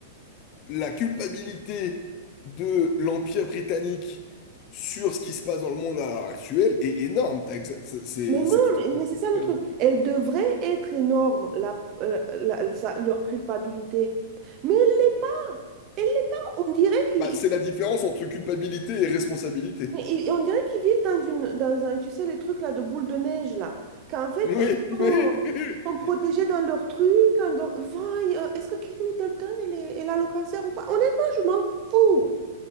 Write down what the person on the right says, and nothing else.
Mais non,
mais,
mais c'est ça le
truc. Elle devrait être énorme, la, euh, la- la- sa- leur culpabilité. Mais elle l'est pas. Elle l'est pas. On dirait qu'ils
Et- et on dirait qu'ils vivent dans une, dans un, tu sais, les trucs là de boule de neige là, qu'en fait,
eux, ils sont,
ils
sont protégés dans leur truc. en dehors- Vaille, euh, est-ce que Kate Middleton, elle, est- elle a le cancer ou pas? Honnêtement, je m'en fous.